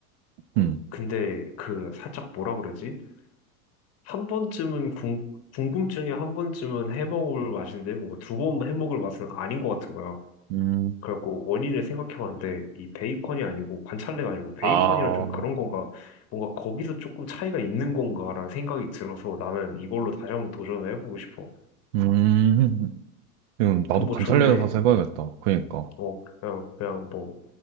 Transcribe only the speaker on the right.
응,
음,
아,
음, 지금 나도
관찰래서
사서 해봐야겠다. 그러니까.